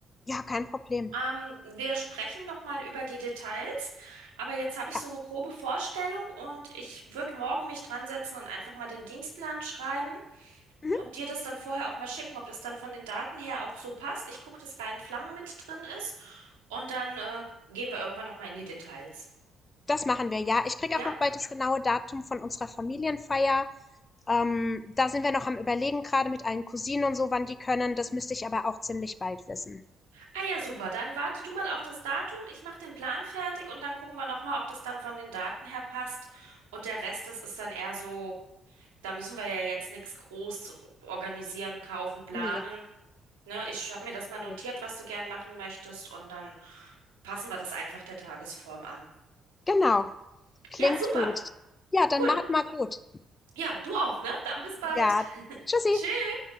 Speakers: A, on the left; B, on the right.
A: Ja, kein Problem.
B: Ähm, wir sprechen noch mal über die Details, aber jetzt habe ich
A: Ja.
B: so eine grobe Vorstellung und ich würde morgen mich dran setzen und einfach mal den Dienstplan schreiben
A: Mhm.
B: und dir das dann vorher auch mal schicken, ob das dann von den Daten her auch so passt. Ich gucke, dass Rhein Flammen mit drin ist und dann äh, gehen wir irgendwann noch mal in die Details.
A: Das machen wir. Ja, ich krieg
B: Ja?
A: auch noch bald das genaue Datum von unserer Familienfeier. Ähm, da sind wir noch am Überlegen, gerade mit allen Cousinen und so, wann die können. Das müsste ich aber auch ziemlich bald wissen.
B: Ah ja, super. Dann warte du mal auf das Datum. Ich mache den Plan fertig und dann gucken wir nochmal, ob das dann von den Daten her passt. Und der Rest, das ist dann eher so, da müssen wir ja jetzt nichts groß organisieren, kaufen, planen.
A: Nee.
B: Ne, ich habe mir das mal
A: Nö.
B: notiert, was du gern machen möchtest und dann passen wir das einfach der Tagesform an.
A: Genau. Klingt
B: Ja, super.
A: gut. Ja, dann
B: Cool.
A: macht mal gut.
B: Ja, du auch, ne? Dann bis bald.
A: Ja,
B: <laughs>
A: tschüssi.
B: Tschüss.